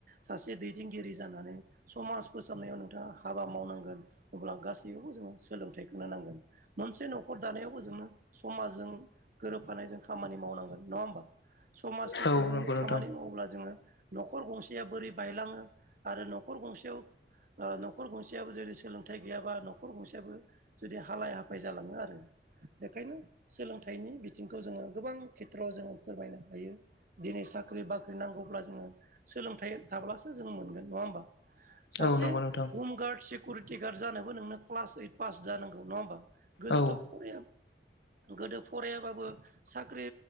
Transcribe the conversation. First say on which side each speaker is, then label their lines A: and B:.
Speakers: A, on the right; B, on the left.
A: सासे दैदेनगिरि <unintelligible> सोलोंथाइखोनो नांगोन मोनसे न'खर दानायावबो जोंनो समाजजों गोरोबफानायजों खामानि मावनांगोन। नङा होमबा समाजनि
B: औ
A: गुबुंले
B: नंगौ नोंथां
A: खामानि मावब्ला जोङो न' गंसेया बोरै बायलाङो आरो न'खर गंसेयाव ओ नख'र गंसेयाबो जुदि सोलोंथाइ गैयाबा नख'र गंसेयाबो जुदि हालाय हाफाय जालाङो आरो बेखायनो सोलोंथाइनि बिथिंखौ जोङो गोबां खेथ्रआव जोङो फोरमायनो हायो दिनै साख्रि बाख्रि नांगौब्ला जोङो सोलोंथाइ थाब्लासो जों मोनगोन नङा होमबा सासे
B: औ नंगौ नोंथां
A: हमगारदसिब सिकुरिटि गार्ड जानोबो नोंनो क्लास ओइट पास जानांगौ नङा होमबा गोदोथ'
B: औ
A: फराय गोदो फरायाबाबो साख्रि